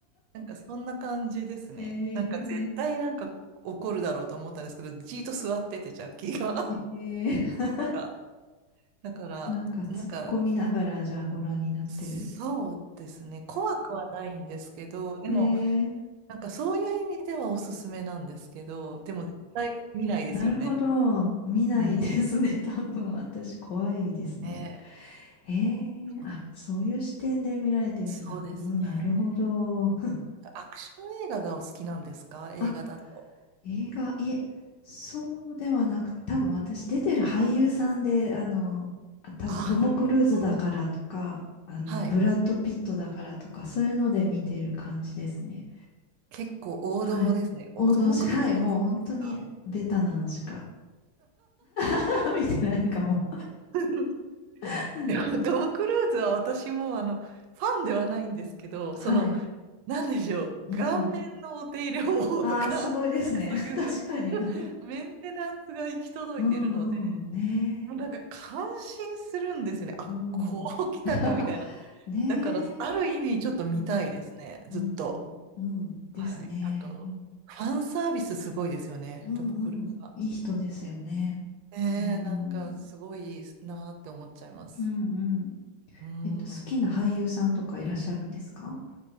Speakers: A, on the right (about 80°); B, on the left (about 70°).
A: なんかそんな感じですね。
B: えー、
A: なんか絶対なんか怒るだろうと思ったんですけど、じーっと座ってて、ジャッキーが。
B: えー、
A: <laughs> だから、
B: なんか突っ込みながら、
A: なんか、
B: じゃあご覧になってる。
A: そうですね。怖くはないんですけど、でも、
B: えー
A: なんかそういう意味ではおすすめなんですけど、でも絶対見ないですよね。
B: なるほど。見ないですね。
A: うん。
B: <laughs> 多分私怖いですね。
A: ね、
B: ええあ、
A: そう
B: そういう視点で見られてるんだ。
A: そうですね。
B: うん、なるほど。
A: アクション映画がお好きなんですか映画だと。
B: <laughs> あ、映画、いえ、そうではなく、多分私出てる俳優さんで、
A: はい。
B: あの、あ多分トム・
A: ああ、なるほど。
B: クルーズだからとか、あの、
A: はい。
B: ブラッド・ピットだからとか、そういうので見てる感じですね。
A: 結構王道ですね。
B: はい。
A: おトム・
B: 王道し、
A: クルーズお好きですか
B: はい、もう本当にベタなのしか <laughs> 見てないかも
A: <laughs>
B: <laughs>
A: でもトム・クルーズは私もあの、ファンではないんですけど、その、
B: はい。
A: なんでしょう、
B: うん。
A: 顔面のお手入れ方法とか、
B: ああ、すごいですね。
A: <laughs> なんかそういう
B: <laughs> 確かに。<laughs>
A: メンテナンスが行き届いているので、
B: うんうん。ね
A: もうなんか感心するんですよね。あ、
B: え。うん。
A: こう来たかみたいな。
B: <laughs> ねえ。
A: だから、ある意味ちょっと見たいですね。
B: うん。うん、
A: ずっと。
B: うん、うん。
A: はい。
B: ですね。
A: あと、
B: うん、
A: ファンサービスすごいですよね、
B: うん、
A: トム・クルーズは。
B: うん。いい人ですよね。
A: ねえ、
B: うん、
A: なんかすごいなーって思っちゃいます。
B: うん、うん、
A: うん。
B: えっと、好きな俳優さんとかいらっしゃるんですか